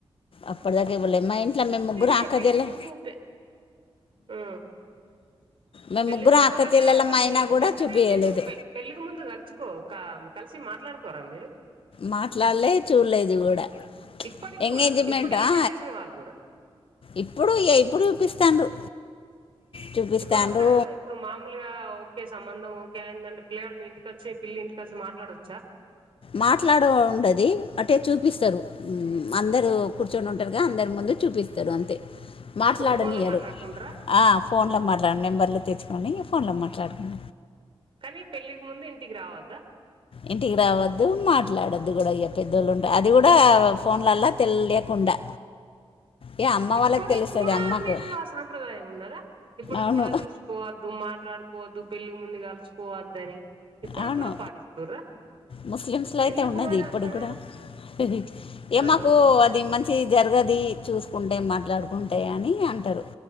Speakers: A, on the left (about 65°); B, on the right (about 60°).
A: అప్పటి దాకా చూల్లే మా ఇంట్ల మేము ముగ్గురం
B: ఇగ
A: అక్కజల్లేం
B: పెళ్లి చూపు పె ఆ
A: మేం
B: పెళ్లి
A: ముగ్గురం
B: చూపులంటే
A: అక్క చెల్లెళ్ళం
B: అసలు
A: అయినా
B: ని నిజంగానే
A: కూడా చూపియలేదు.
B: మీరు పె పెళ్ళికి ముందు కలుచుకో కా కలిసి మాట్లాడుకోరా మీరు?
A: మాట్లాల్లే చూడలేదు కూడా.
B: ఇప్పటికి
A: ఎంగేజ్మెంట్
B: కూడా ఇప్పుడు ఈ
A: ఆ
B: జనరేషన్ వాళ్ళు కూడా.
A: ఇప్పుడు ఇగా ఇప్పుడు చూపిస్తాంర్రు. చూపిస్తాంర్రు
B: ఇప్పుడు వస్తారా ఇప్పుడు మామూలుగా ఓకే సంబంధం ఓకే అయిందంటే పిల్లగాడు మీ ఇంటికచ్చి పిల్లి ఇంటికి వచ్చి మాట్లాడొచ్చా.
A: మాట్లాడు ఉండది అట్టే చూపిస్తరు. అందరు కూర్చొని ఉంటరుగా అందరి ముందు చూపిస్తరు అంతే. మాట్లాడనియరు
B: ఫో ఫోన్ లో మాట్లాడుకుంటారా
A: ఆ ఫోన్లో మాట్లాడు నెంబర్లు తెచ్చుకోని ఫోన్లో మాట్లాడకుం
B: కనీ పెళ్లికి ముందు ఇంటికి రావద్దా.
A: ఇంటికి రావద్దు, మాట్లాడొద్దు కూడా ఇయ పెద్దోళ్ళు ఉంటరు అది కూడా ఫోన్లల్లా తెలియకుండా ఇక అమ్మ
B: ఇప్పటికి
A: వాళ్ళకి తెలుస్తుంది
B: కూడా
A: అమ్మకు
B: మీకు ఆ సాంప్రదాయం ఉన్నదా? ఇప్పటికి
A: అవును
B: కూడా చూసు కోవద్దు, మాట్లాడుకోవద్దు పెళ్లికి ముందు కలుసుకోవద్దని ఇప్పడి
A: అవును
B: కూడా పాటిస్తుర్రా.
A: ముస్లిమ్స్లో అయితే
B: ఎందుకు
A: ఉన్నది
B: మరి
A: ఇప్పడికి
B: అంతగానం
A: కూడా ఇగ
B: ఆహా
A: మాకు అది మం చి జరగది చూసుకుంటే, మాట్లాడుకుంటే అని అంటరు.